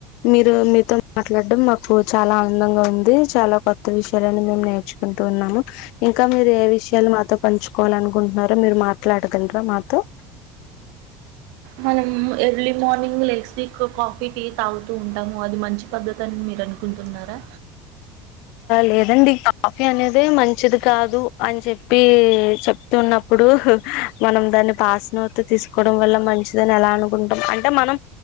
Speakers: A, on the left (about 65°); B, on the right (about 65°).
A: మీరు మీతో మాట్లాడం మాకు చాలా ఆనందంగా ఉంది చాలా కొత్త విషయాలను మేము నేర్చుకుంటూ ఉన్నాము ఇంకా మీరు ఏ విషయం ఎలా మాతో పంచుకోవాల అనుకుంటున్నారా మీరు మాట్లాడగలరా మాతో
B: మన ఎర్లీ మార్నింగ్ లేసి కాఫీ, టీ తాగుతూ ఉంటాము. అది మంచి పద్ధతి అని మీరు అనుకుంటున్నారా
A: లేదండి కాఫీ అనేద మంచిది కాదు అని చెప్పి చెప్తున్నప్పు ఇప్పుడు మనం దాన్ని పాసనోటితో తీసుకోవడం వల్ల మంచిదని ఎలా అనుకుంటాం అంటే మనం